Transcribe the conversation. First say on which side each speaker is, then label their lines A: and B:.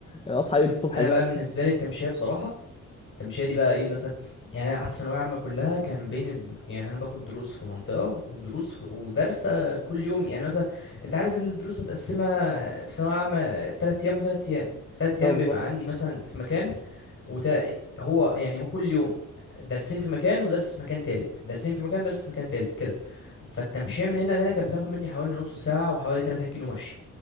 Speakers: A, on the left; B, on the left.
A: اصحى ايه الصبح
B: انا
A: يا جماعه
B: بقى بالنسبه لي التمشيه بصراحه التمشيه دي بقى ايه مثلا يعني انا قعدت ثانويه عامه كلها كان بين الدر... يعني انا باخد دروس في منطقه ودروس في... ودرس آه، كل يوم يعني مثلا انت عارف الدروس متقسمه في ثانويه عامه تلات ايام وتلات ايام في تلات ايام
A: اه بالظبط
B: بيبقى عندي مثلا في مكان وت... هو يعني هو كل يوم درسين في مكان ودرس في مكان تالت درسين في مكان درس في مكان تالت كده فالتمشية من هنا لهنا كانت بتاخد مني حوالي نص ساعة وحوالي 3 كيلو مشي